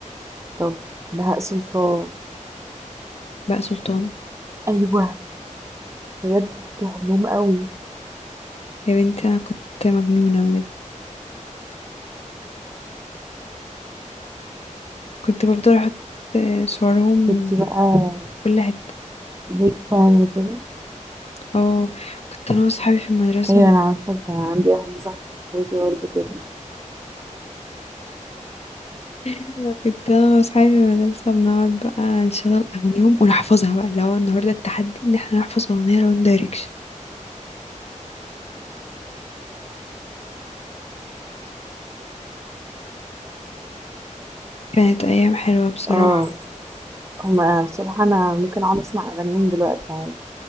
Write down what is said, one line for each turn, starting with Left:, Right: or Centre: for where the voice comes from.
Right: طب بهاء سلطان
Left: بقى سلطان
Right: أيوة بجد كنت بحبهم أوي
Left: يا بنتي أنا كنت مجنونة بجد كنت بفضل أحط آه، صورهم
Right: كنت بقى
Left: كل حتة
Right: بيج فان وكده
Left: اه كنت أنا وصحابي في المدرسة
Right: أيوة أنا عارفة كان عندي واحدة صاحبتي برضه كده
Left: <laughs> كنت أنا وصحابي في المدرسة بنقعد بقى نشغل أغانيهم ونحفظها بقى اللي هو النهاردة التحدي إن احنا نحفظ أغنية لوان دايركشن كانت أيام حلوة بصراحة
Right: اه هما بصراحة أنا ممكن أقعد أسمع أغانيهم دلوقتي عادي